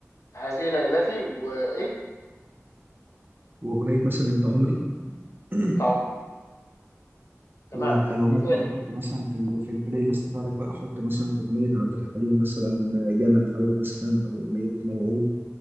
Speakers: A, on the left; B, on the right.
A: هذه ليلتي وايه
B: واغنيه مثلا انت عمري <clears throat>
A: انت عمري تمام
B: و- وممكن
A: ايه تاني
B: تحط مثلا في ال في البلاي ليست بتاعتك بقى حط مثلا أغنية عبد الحليم مثلا جانا الهوى مثلا أو أغنية موعود